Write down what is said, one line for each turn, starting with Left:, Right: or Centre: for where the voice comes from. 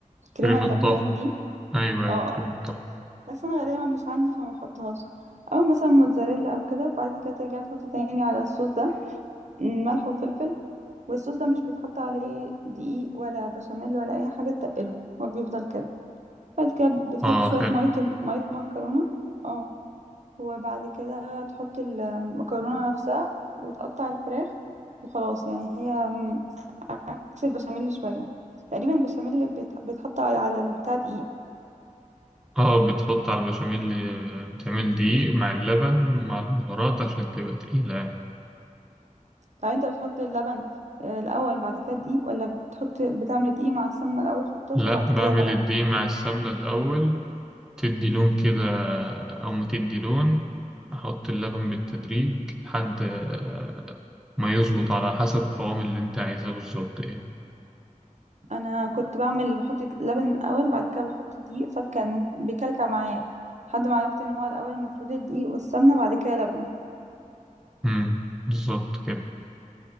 Right: كريمة
Centre: كريمة
Right: اللباني
Centre: طهي
Right: دي
Centre: أيوه
Right: اه
Centre: أيوه كريمة
Right: اه
Centre: طهي
Right: بس أنا غالبا مش عندي فما بحطهاش أو مثلا موتزاريلا أو كده وبعد كده ترجع تحط تاني على الصوص ده ملح وفلفل والصوص ده مش بيتحط عليه دقيق ولا بشاميل ولا اي حاجه تقله هو بيفضل كده بعد كده بتحط
Centre: آه
Right: شويه
Centre: حلو
Right: ميه ميه مكرونه اه وبعد كده تحط المكرونه نفسها وتقطع الفراخ وخلاص يعني هي م- عكس البشاميل شويه تقريبا البشاميل بيت- بيتحط على على البتاع دقيق
Centre: آه بتحط على البشاميل آه، بتعمل دقيق مع اللبن ومع البهارات عشان تبقى تقيلة يعني.
Right: طب انت بتحط اللبن آه، الاول بعد كده الدقيق ولا بتحط بتعمل دقيق مع السمنه الاول في الطاسه
Centre: لأ
Right: بعد
Centre: بعمل
Right: كده اللبن
Centre: الدقيق مع السمنة الأول تدي لون كده أو ما تدي لون أحط اللبن بالتدريج لحد آه، ما يظبط على حسب قوام اللي أنت عايزاه بالظبط إيه
Right: انا كنت بعمل بحط اللبن الاول بعد كده بحط دقيق فكان بيكلكع معايا لحد ما عرفت ان هو الاول المفروض الدقيق والسمنه بعد كده لبن
Centre: مم. بالظبط كده